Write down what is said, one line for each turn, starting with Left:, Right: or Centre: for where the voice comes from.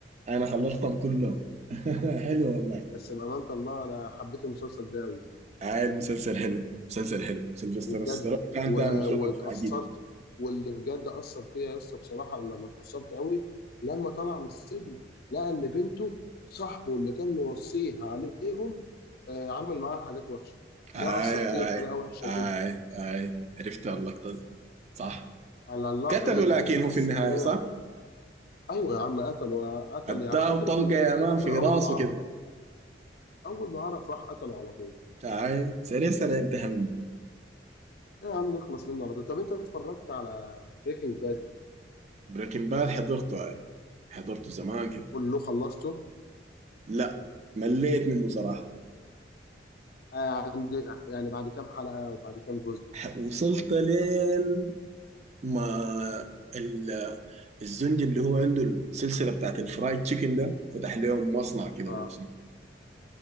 Right: أنا خلصتهم كلهم <laughs> حلو والله
Left: بس بأمانة الله أنا حبيت المسلسل ده أوي
Right: آه المسلسل حلو مسلسل حلو سيلفستر
Left: وبجد
Right: ستالون كان
Left: و...
Right: تعمل شغل
Left: واتأثرت
Right: عجيب
Left: واللي بجد أثر فيا يا اسطى بصراحة لما اتأثرت قوي لما طلع من السجن لقى إن بنته صاحبه اللي كان موصيه عليهم آه عمل معاها حاجات وحشة ده
Right: آي
Left: أثر فيا
Right: آي
Left: بطريقة وحشة
Right: آي
Left: جدا
Right: آي عرفت اللقطة دي صح
Left: على اللقطة
Right: قتلوا
Left: دي
Right: لكن
Left: بجد حسيت
Right: هو في النهاية
Left: إن أنا
Right: صح
Left: أيوه يا عم قتله قتل
Right: اداه
Left: يا عم قتله
Right: طلقة
Left: في النهاية
Right: يا مان
Left: إيه؟ قتله
Right: في
Left: أول
Right: راسه
Left: ما عرف
Right: كده
Left: أول ما عرف راح قتله على طول
Right: اي سيريس انا انتهى
Left: إيه يا عم نخلص منه على طول طب أنت اتفرجت على بريكنج باد
Right: بريكنج باد حضرته اي حضرته زمان كده
Left: كله خلصته
Right: لا مليت منه صراحة
Left: آه عند يعني بعد كام حلقة وبعد كام جزء
Right: ح- وصلت لين ما ال- الزنج اللي هو عنده السلسلة بتاعت الفرايد تشيكن ده فتح لهم مصنع كده
Left: اه
Right: ولا شنو